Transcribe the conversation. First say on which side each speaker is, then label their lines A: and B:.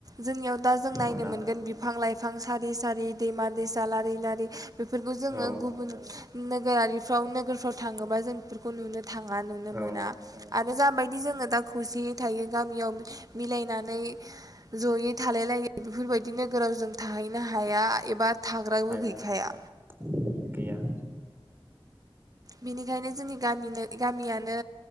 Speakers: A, on the right; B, on the right.
A: जोंनियाव दा जों नायनो
B: मोना
A: मोनगोन बिफां लाइ बिफां सारि सारि दैमा दैसा लारि लारि बेफोरखौ जोङो
B: औ
A: गुबुन नोगोरारिफ्राव नोगोरफ्राव थाङोबा जों बेफोरखौ नुनो थाङा। मोना
B: औ
A: आरो जाबायदि जोङो दा खौसेयै थायो गामियाव मिलायनानै जयै थालाय लायो बेफोरबायदि नोगोराव जों थाहैनो हाया एबा
B: <unintelligible>
A: थाग्राबो गैखाया
B: गैया
A: बेनिखायनो जोंनि गामिनो गामियानो